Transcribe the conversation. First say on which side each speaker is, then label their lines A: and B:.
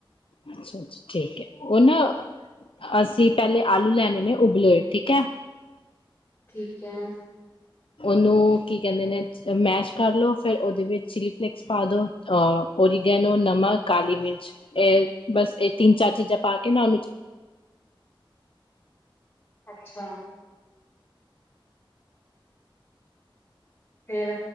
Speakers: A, on the left; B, on the left.
A: ਅੱਛਾ ਅੱਛਾ ਠੀਕ ਹੈ ਉਹਨਾਂ ਅਸੀਂ ਪਹਿਲੇ ਆਲੂ ਲੈਣੇ ਨੇ ਉਬਲੇ ਠੀਕ ਹੈ
B: ਠੀਕ ਹੈ
A: ਉਹਨੂੰ ਕੀ ਕਹਿੰਦੇ ਨੇ ਮੈਸ਼ ਕਰ ਲੋ ਫੇਿਰ ਉਹਦੇ ਵਿੱਚ ਚਿਲੀ ਫਲੇਕਸ ਪਾ ਦੋ ਓਰੀਗੈਨੋ ਨਮਕ ਕਾਲੀ ਮਿਰਚ ਇਹ ਬਸ ਇਹ ਤਿੰਨ ਚਾਰ ਚੀਜ਼ਾਂ ਪਾ ਕੇ ਨਾ ਉਹਨੂੰ
B: ਅੱਛਾ ਫੇਰ